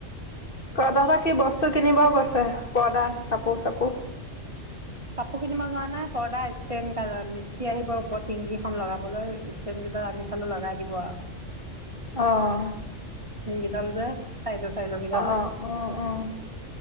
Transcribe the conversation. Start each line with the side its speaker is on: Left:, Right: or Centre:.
Left: ক তহতৰ কি বস্তু কিনিব গৈছে পৰ্দাৰ কাপোৰ চাপো
Right: কাপোৰ কিনিব যোৱা নাই পৰ্দা ষ্টেণ কা মিস্তি আহিব ওপৰত টিংগিখন লগাবলৈ ষ্টেণ সেইডাল আনি থলো লগাই দিব আউ
Left: আহ
Right: সেইডাল যে চাইদ চাইদ কিদাল
Left: অ অ অ